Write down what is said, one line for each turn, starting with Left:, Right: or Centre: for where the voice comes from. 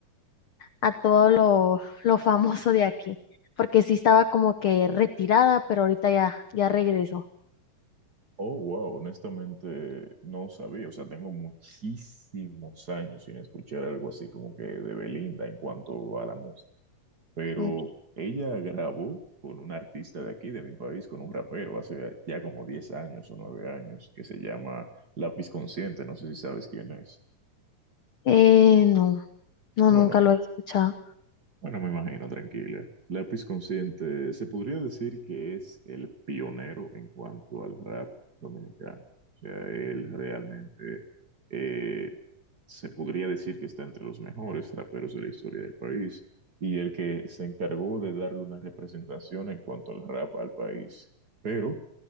Left: a todo lo, lo famoso de aquí, porque sí estaba como que retirada, pero ahorita ya, ya regresó.
Right: Oh, wow, honestamente no sabía, o sea, tengo muchísimos años sin escuchar algo así como que de Belinda en cuanto a la música, pero
Left: Ok.
Right: ella grabó con un artista de aquí, de mi país, con un rapero, hace ya como 10 años o 9 años, que se llama Lápiz Consciente, no sé si sabes quién es.
Left: Eh, no, no,
Right: Bueno,
Left: nunca lo he escuchado.
Right: Bueno, me imagino, tranquila. Lápiz Consciente se podría decir que es el pionero en cuanto al rap dominicano. O sea, él realmente eh, se podría decir que está entre los mejores raperos de la historia del país y el que se encargó de darle una representación en cuanto al rap al país. Pero